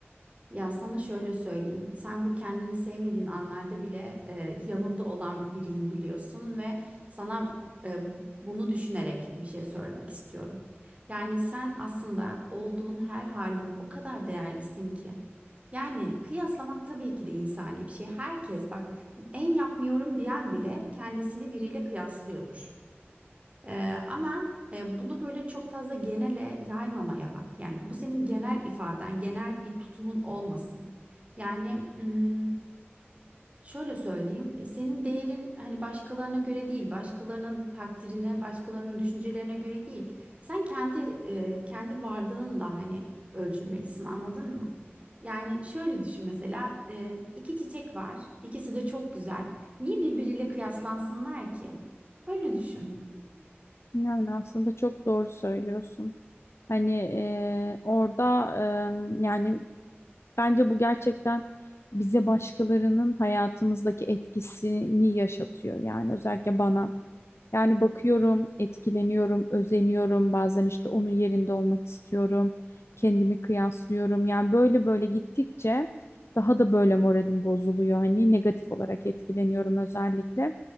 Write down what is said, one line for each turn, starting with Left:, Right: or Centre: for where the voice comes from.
Right: Ya sana şöyle söyleyeyim. Sen bu kendini sevmediğin anlarda bile e, yanında olan biriyim biliyorsun ve sana e, bunu düşünerek bir şey söylemek istiyorum. Yani sen aslında olduğun her halini o kadar değerlisin ki. Yani kıyaslamak tabii ki de insani bir şey. Herkes bak en yapmıyorum diyen bile kendisini biriyle kıyaslıyordur. Ee, ama e, bunu böyle çok fazla genele yaymamaya bak. Yani bu senin genel ifaden, genel bir tutumun olmasın. Yani mm, şöyle söyleyeyim, e, senin değerin hani başkalarına göre değil, başkalarının takdirine, başkalarının düşüncelerine göre değil. Sen kendi e, kendi varlığınla hani ölçülmelisin, anladın mı? Yani şöyle düşün mesela e, iki çiçek var, ikisi de çok güzel. Niye birbiriyle kıyaslansınlar ki? Öyle düşün.
Left: Yani aslında çok doğru söylüyorsun. Hani e, orada e, yani bence bu gerçekten bize başkalarının hayatımızdaki etkisini yaşatıyor. Yani özellikle bana. Yani bakıyorum, etkileniyorum, özeniyorum. Bazen işte onun yerinde olmak istiyorum. Kendimi kıyaslıyorum. Yani böyle böyle gittikçe daha da böyle moralim bozuluyor. Hani negatif olarak etkileniyorum özellikle.